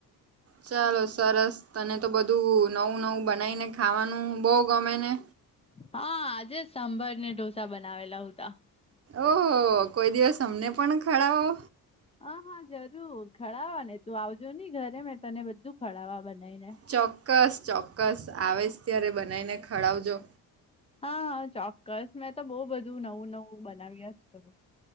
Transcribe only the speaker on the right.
ચાલો સરસ તને તો બધું નવું નવું બનાઈને ખાવાનું બહુ ગમે ને.
ઓહોહો કોઈ દિવસ અમને ખડાવો.
ચોક્કસ ચોક્કસ આવે જ ત્યારે બનાવીને ખડાવજો.